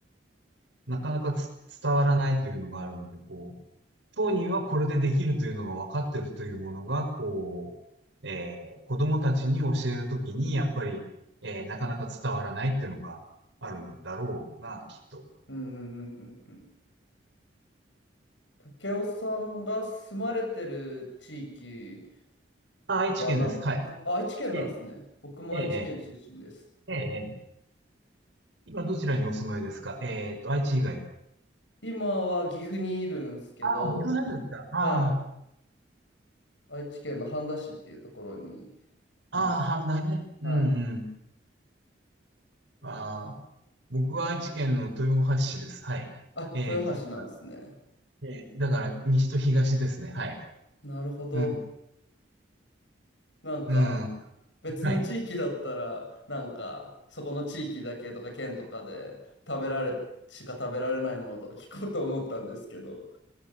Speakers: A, on the right (about 75°); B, on the left (about 75°).
A: なかなかつ伝わらないというのがあるので、こう、当人はこれでできるというのが分かってるというものが、こう、えー子供たちに教えるときに、やっぱり、えーなかなか伝わらないっていうのがあるんだろうな、きっと。
B: うんうんうんうんうん。竹雄さんが住まれてる地域
A: あ愛知県です。
B: はなんか、
A: はい。
B: あ、愛知県なんですね。
A: ええ、
B: 僕も愛知県出身です。
A: ええ、ええ、今どちらにお住まいですかえーっと、愛知以外。
B: 今は岐阜にいるんですけど、
A: ああ、僕なんですか。あ
B: はい。愛知県の半田市っていうところにいました。
A: あ、ああ、半田ね。
B: はい。
A: うんうん。ああ、僕は愛知県の豊橋市です。はい。
B: あ、
A: えーっと、
B: 豊橋なんですね。
A: だから、えーだから西と東ですね。はい。
B: なるほど。
A: うん、
B: なんか、
A: うん、
B: 別の地域だったら、
A: はい。
B: なんか、そこの地域だけとか県とかで食べられ、しか食べられないものとか <laughs> 聞こうと思ったんですけど、